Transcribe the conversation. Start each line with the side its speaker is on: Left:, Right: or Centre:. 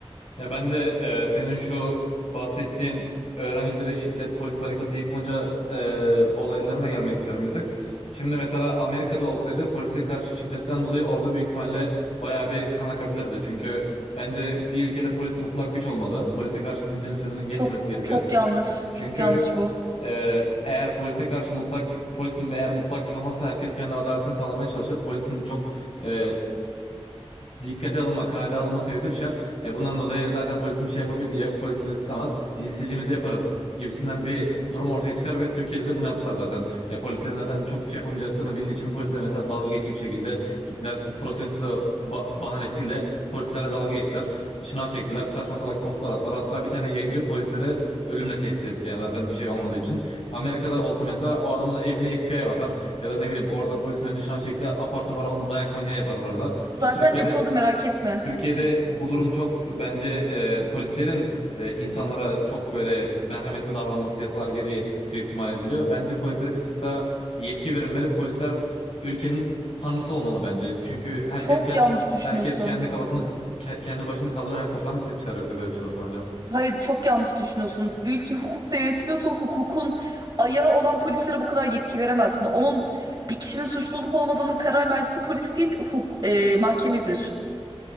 Left: Ya ben de e, senin şu bahsettiğin öğrencilere şiddet, polis barikatı yıkmaca e, olaylarına gelmek istiyorum bir tık. Şimdi mesela Amerika'da olsaydı polise karşı şiddetten dolayı orada büyük ihtimalle bayağı bir kan akabilirdi. Çünkü bence bir ülkede polis mutlak güç olmalı. Polise karşı kimsenin sözünün geçmemesi
Right: Çok
Left: gerekiyor.
Right: çok yanlış.
Left: Çünkü
Right: Çok yanlış bu.
Left: e, eğer polise karşı mutlak polis eğer mutlak güç olmazsa herkes kendi adaletini sağlamaya çalışır. Polisin çok e, dikkate alınma, kale alınma seviyesi düşer. E bundan dolayı zaten polisin bir şey yapabildiği yok. Polis bize sıkamaz. Biz istediğimizi yaparız gibisinden bir durum ortaya çıkar ve Türkiye'de de bunu yaptılar zaten. E polislerin zaten çok bir şey yapamayacaklarını bildiği için polisler mesela dalga geçici bir şekilde gittiler protesto ba- bahanesiyle polislerle dalga geçtiler. Şınav çektiler. Saçma salak postlar attılar. Hatta bir tane yayıncı polislere ölümle tehdit etti yani zaten bir şey olmadığı için. Amerika'da olsa mesela o adamın evine FBI basar ya da ne bileyim orada polisin önüne şına çekse apar topar onu dayak manyağı yaparlar orada.
Right: Zaten
Left: Yani Türkiye'de
Right: yapıldı merak etme.
Left: Türkiye'de bu durum çok bence e, polislerin e, insanlara çok böyle merhametli davranması yasalar gereği suistimal ediliyor. Bence polislere bir tık daha
Right: S-
Left: yetki verilmeli. Polisler ülkenin tanrısı olmalı bence. Çünkü herkes
Right: Çok
Left: kendi
Right: yanlış düşünüyorsun.
Left: herkes kendi kafasını ke- kendi başını kaldırır her kafadan bir ses çıkar yoksa böyle bir şey olursa bence.
Right: Hayır çok yanlış düşünüyorsun. Bir ülke hukukla yönetiliyorsa o hukukun ayağı olan polislere bu kadar yetki veremezsin. Onun bir kişinin suçlu olup olmadığının karar mercisi polis değil huk e, mahkemedir.